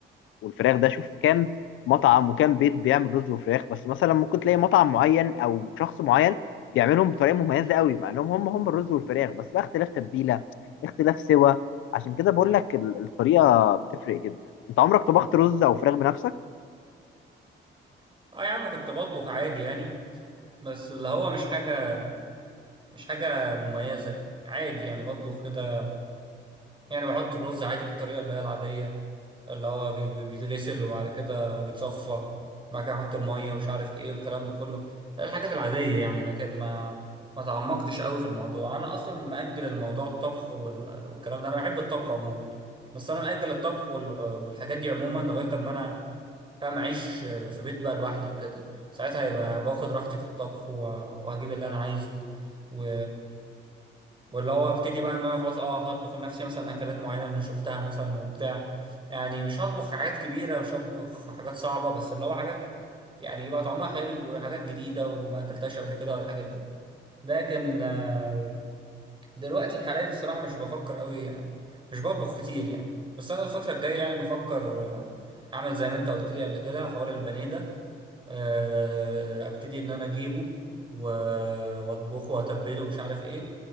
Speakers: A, on the left (about 80°); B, on the right (about 25°).
A: والفراخ ده شوف كام مطعم وكام بيت بيعمل رز وفراخ بس مثلا ممكن تلاقي مطعم معين او شخص معين بيعملهم بطريقه مميزه قوي مع انهم هم هم الرز والفراخ بس بقى اختلاف تتبيله اختلاف سوا عشان كده بقول لك ال- الطريقه بتفرق جدا انت عمرك طبخت رز او فراخ بنفسك
B: اه يا عم كنت بطبخ عادي يعني بس اللي هو مش حاجه مش حاجه مميزه يعني عادي يعني بطبخ كده يعني بحط الرز عادي بالطريقه اللي هي العاديه اللي هو بي- بي- بيتغسل وبعد كده بيتصفى بعد كده احط الميه ومش عارف ايه والكلام ده كله ده الحاجات العاديه يعني لكن ما ما تعمقتش قوي في الموضوع انا اصلا مأجل الموضوع الطبخ وال... والكلام ده انا بحب الطبخ عموما بس انا مأجل الطبخ وال... والحاجات دي عموما لغايه اما انا فاهم اعيش في بيت بقى لوحدي وكده ساعتها هيبقى باخد راحتي في الطبخ و... واجيب اللي انا عايزه و... واللي هو ابتدي بقى ان انا خلاص اه هطبخ لنفسي مثلا اكلات معينه انا شفتها مثلا وبتاع يعني مش هطبخ حاجات كبيره مش هطبخ حاجات صعبه بس اللي هو حاجات يعني يبقى طعمها حلو وحاجات جديده وما اكلتهاش قبل كده والحاجات دي لكن آه، دلوقتي حاليا الصراحه مش بفكر قوي يعني مش بطبخ كتير يعني بس انا الفتره الجايه يعني بفكر آه، اعمل زي ما انت قلت لي قبل كده حوار البانيه ده آه، ابتدي ان انا اجيبه و- واطبخه واتبله ومش عارف ايه